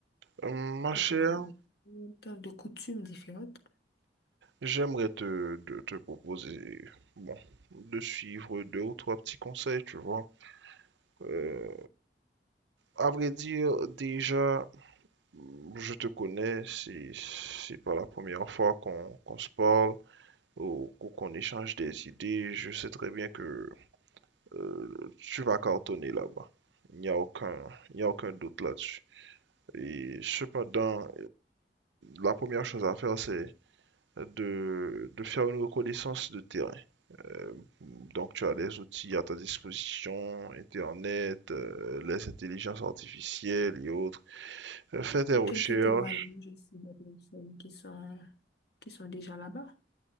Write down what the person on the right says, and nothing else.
Euh, Ma
chère,
j'aimerais te, de- te proposer, bon, de suivre deux ou trois petits conseils, tu vois. Euh, à vrai dire, déjà, je te connais, c'est, c'est pas la première fois qu'on qu'on se parle ou qu'on échange des idées. Je sais très bien que euh, tu vas cartonner là-bas. Il n'y a aucun, il n'y a aucun doute là-dessus. Et cependant, la première chose à faire, c'est de, de faire une reconnaissance de terrain. Euh, donc, tu as les outils à ta disposition, Internet, euh, les intelligences artificielles et autres. Euh, Fais tes
recherches.